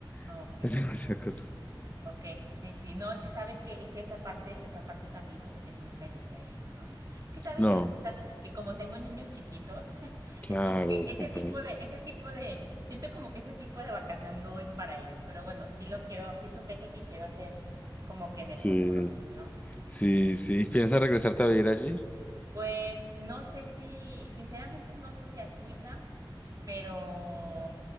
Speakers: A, on the right; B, on the left.
A: ok,
B: <laughs> es demasiado
A: ok.
B: costoso.
A: Ok, sí, sí. No, es que sabes que, es que esa parte, esa parte también como que nunca llegué a ir, ¿no? Es que sabes
B: No,
A: que la cosa, que como tengo niños chiquitos, <laughs>
B: claro,
A: es como que ese
B: comprendo.
A: tipo de, ese tipo de, siento como que ese tipo de vacación no es para ellos, pero bueno, sí lo quiero, sí es un viaje que quiero hacer como que en el
B: Sí,
A: futuro, ¿no?
B: sí,
A: Sí.
B: sí. ¿Piensas regresarte a vivir allí?
A: Pues no sé si, sinceramente no sé si a Suiza, pero,